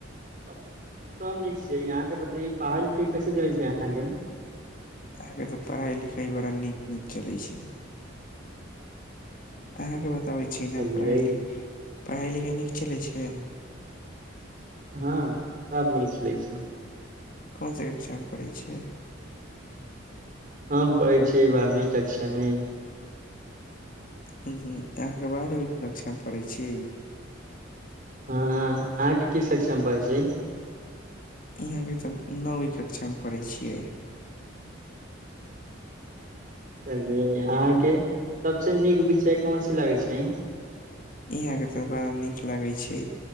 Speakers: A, on the right; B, on the left.
A: अ सब नीक छियै, यहाँ के बतैयो परहाई लिखई कैसे चलै छै अहाँ के?
B: अहाँके तऽ परहाई लिखाई बड़ा नीक नीक चलै छै। अहाँके बताबै छी
A: चलियै
B: ने परहाइ-लिक, परहाई लिखाई नीक चलै छै?
A: हँ, सब नीक चलै छै।
B: कोन से ऐक्क्षा म परहै छी?
A: हम पहैइ छियै बारबी कक्षा में।
B: त अहाँके बारहमी कक्षा में परहै छी?
A: हँऽ, अहाँ के किस कक्षा में परहै छी?
B: इहां के तऽ नौवीं कक्षा में परहै छियै।
A: चलियै अहाँके सबसे नीक विषय कोन सी लगै छैं?
B: इ आहाँ के तऽ बड़ा नीक लागै छै?